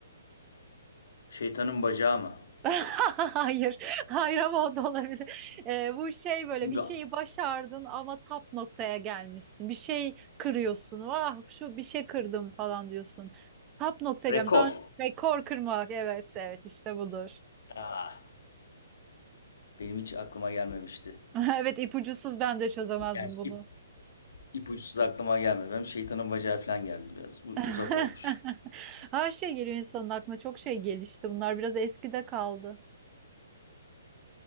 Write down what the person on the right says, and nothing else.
<laughs> Hayır, hayır ama o da olabilir. Ee, bu şey böyle
bir şeyi başardın ama tap noktaya gelmişsin. Bir şey kırıyorsun. Vah şu bir şey kırdım falan diyorsun. Tap noktaya
gelmiş. Daha önce rekor kırmak. Evet, evet işte budur.
<laughs> Evet ipucusuz ben de çözemezdim
bunu.
<laughs>
Her şey geliyor insanın aklına. Çok şey gelişti. Bunlar biraz eskide kaldı.